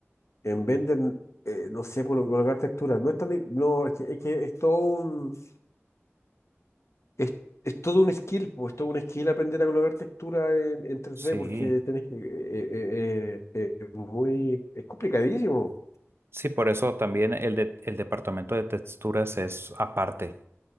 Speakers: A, on the left; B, on the right.
A: en Blender, eh, no sé por colocar textura. No es tan, di- no, es que, es que es todo un, es, es todo un skill, pues, es todo un skill aprender a colocar textura en, en 3D
B: Sí.
A: porque tenés que, eh, eh, eh, eh, es muy, es complicadísimo.
B: Sí, por eso también el, de- el departamento de texturas es aparte.